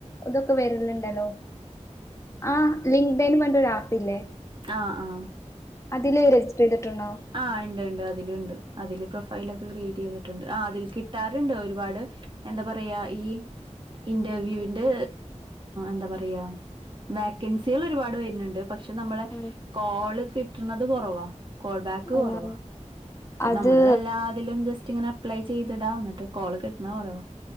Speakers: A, on the left; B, on the right.
A: തൊക്കെ വരൽണ്ണ്ടോ ഹലോ ആ ലിങ്ക്ഡൈൻ പറഞ്ട്ടൊരു ആപ്പ് ഇല്ലേ
B: ആഹ് ആഹ്
A: അതിൽ രജിസ്റ്റർ ചെയ്തിട്ട് ണോ
B: ആ ഇണ്ട് ഇണ്ട് അതിലിണ്ട് അതില് പ്രൊഫൈ ലൊക്കെ ക്രിയേറ്റേ യ്തിട്ടുണ്ട് ആ അതി കിട്ടാർണ്ട് ഒരുപാട് എന്താ പറയാ ഈ ഇന്റർവ്യൂന്റെ ന്ത പറയാ വാക്കൻസിയാൾ ഒരുപാട് വരുൻണ്ട് പക്ഷെ നമ്മൾ
A: ആഹ്
B: കോള് കിട്ടുണത് കൊറവാ ത്തു കൊറവ
A: ആഹ് അത്
B: നമ്മള് എല്ലാതിലും ജസ് റ്റിങ്ങനെ അപ്ലൈ ചെയ്തടാം ന്ന്ട്ട് കോള് കിട്ടണ് കോളോ